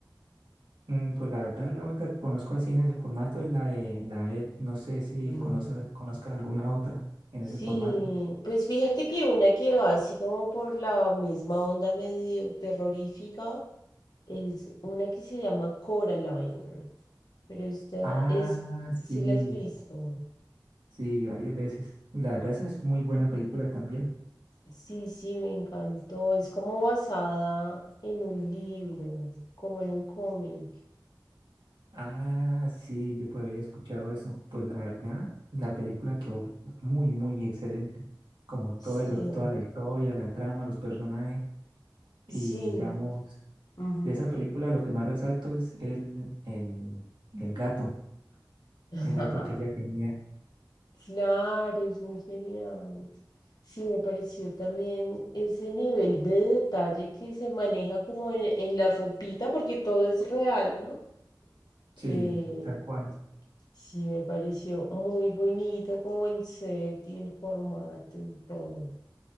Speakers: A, on the right; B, on the left.
A: mm, pues la verdad, la única que conozco así en ese formato es la de la de él. No sé si
B: Mm,
A: conoces- conozcas alguna otra en
B: Sí,
A: ese formato.
B: pues fíjate que una que va así como por la misma onda medio terrorífica es una que se llama Coraline, pero esta
A: Ah,
B: es, si
A: sí.
B: la has visto.
A: Sí, varias veces. Y La verdad, esa es muy buena película también.
B: Sí, sí, me encantó. Es como basada en un libro, como en un cómic.
A: Ah, sí, yo por ahí he escuchado eso. Pues la verdad, la película quedó muy, muy excelente. Como todo
B: Sí,
A: lo- toda la historia, la trama, los personajes. Y
B: sí.
A: digamos,
B: Ujú.
A: de esa película lo que más resalto es el, el, el gato.
B: <laughs>
A: El gato que ella tenía.
B: Claro, es muy genial. Sí, me pareció también ese nivel de detalle que se maneja como en, en la ropita, porque todo es real, ¿no?
A: Sí,
B: Eh,
A: tal cual.
B: sí, me pareció muy bonito como el set y el formato y todo.